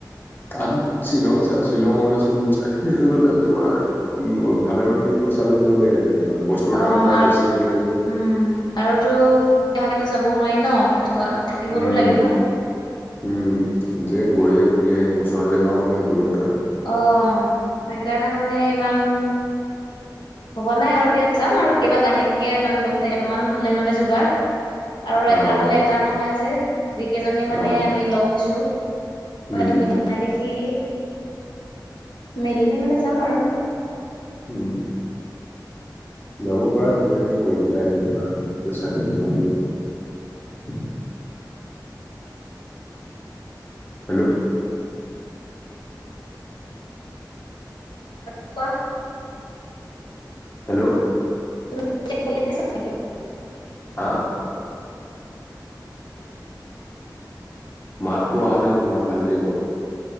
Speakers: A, on the left (about 30°); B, on the left (about 85°).
A: তাত শ্বিলং চ শ্বিলং, অৰুণাচল চাইদ পিনে গ'লে তোমাৰ ভালেমান খিনি পইচা লৈ যাব লাগে। তোমাৰ বস্তুৰ
B: অ
A: দামো তাত
B: আৰু
A: বেছি হৈ যায় যে
B: উম <unintelligible> যাবও নোৱাৰি ন' থকা থাকিবতো
A: উম-
B: লাগিব
A: উম যে গৈয়ে ঘূৰি আহিম ওচৰ জেগাও নহয় দূৰত হয়।
B: অ', সেইকাৰণে মানে ইমান ভবা নাই আৰু এতিয়া যাম আৰু কিবা লাহেকে মানে পইচা কেইটামান হলে মানে যোগাৰ। আৰু এটা
A: অ'
B: হলে এটা নহয় যে যিকেইজনী মানে
A: অ'
B: আমি লগ হৈছো।
A: উম
B: মটো মিলা দেখি মিলিলে মানে যাম আৰু।
A: উম যাব পাৰা ধুনীয়াকে গৈ পেলাই আহিব পাৰা পইচা কেইটামান লৈ। হেল্ল'
B: কুৱো?
A: হেল্ল'
B: তুমি কিবা পঢ়ি আছা নিকি?
A: হা মাততো অহা নাই তোমাৰ ভালকে কোৱা?